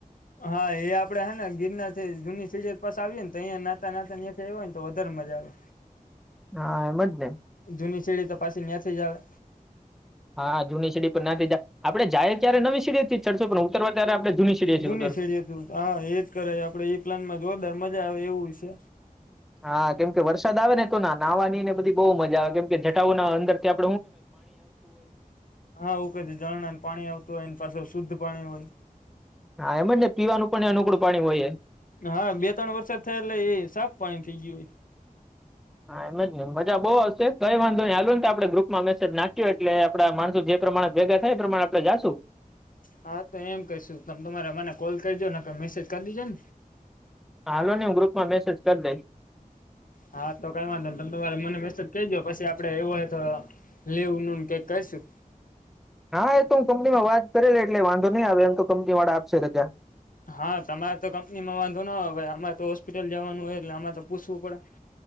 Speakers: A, on the left; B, in the centre.
A: હા એ આપણે હે ને ગીરના જૂની પાસ આવીએને તો અહીયા નાતા નાતાં હોયને તો વધારે મજા આવે
B: હા એમ જ ને
A: જૂની સીડી તો પાછી ત્યાં થી જ આવે
B: હા જૂની સીડી પર ના જાય આપડે જાય ત્યારે નવી સીડી ચડશો પણ ઉતરવા ત્યારે આપણે જૂની સીડીએથી
A: જુની
B: ઉતરશું
A: શેડી હતું હા એજ કરાય આપડે એ પ્લાન માં જોરદાર મજા આવે એવું તે
B: હા કેમકે વરસાદ આવે ને તો ના નાહવા ની ને બધી બહુ મજા આવે કેમ કે જટા ના અંદર ત્યાં
A: હા એક જ ઝરણા નુ પાણી આવતું હોય એ પાછુ શુદ્ધ પાણી હોય
B: હા એમ જ ને પીવાનું પણ અનુકૂળ પાણી હોય છે
A: હા બે ત્રણ વરસાદ થયા એટલે એ સાફ પાણી થઈ ગયું હોય.
B: હા એમ જ ને મજા બહુ આવશે કઈ વાંધો નઈ હાલો ને તો આપણે ગ્રુપમાં મેસેજ નાખ્યો એટલે આપડા માણસો જે પ્રમાણે ભેગા થાય એ પ્રમાણે આપણે જાશું.
A: હા તો એમ કહીશુ તમ તમારે મને કોલ કરીજોને મેસેજ કરી દેજો ને.
B: હાલો નહી હું ગ્રુપ માં મેસેજ કરી દઈશ.
A: હા તો કઈ વાંધો નઇ તમ તમારે મને મેસેજ કરજો પછી આપડે એવું હોય તો લેવું ન કઈક કશું.
B: હા એ તો હું કંપનીમાં વાત કરે લે એટલે વાંધો નહી આવે એમ તો કંપની વાળા આપશે રજા
A: હા તમારે તો કંપનીમાં વાંધો ના હોયાઈ આરે તો હોસ્પિટલ જવાનું હોય એટલે આરે તો પૂછવું પડે